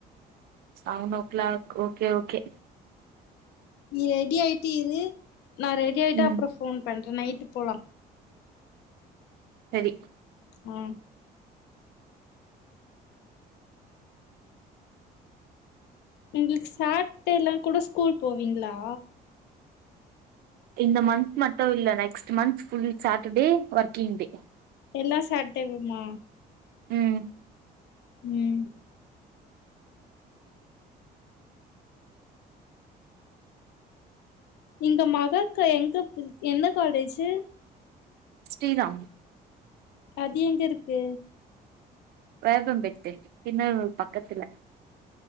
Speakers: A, on the right; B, on the left.
A: seven o' o'clock okay okay
B: ready ஆயிட்டு இரு நா ரெடி ஆயிட்டு
A: ம்
B: அப்றோ போன் பண்றே நைட்டு போலா
A: செரி
B: ம் உங்களுக்கு சாட்டேலா கூட ஸ்கூலுக்கு போவீங்களா
A: இந்த மந்த் மட்டோ இல்ல next month full Saturday working day
B: எல்லா சாட்டடேவுமா
A: உம்
B: உம் இங்க மகாக்கா எங்க எந்த காலேஜு
A: ஶ்ரீ ராம்
B: அது எங்க இருக்கு
A: வேப்பப்பட்டே பின்னவூர் பக்கத்துல்ல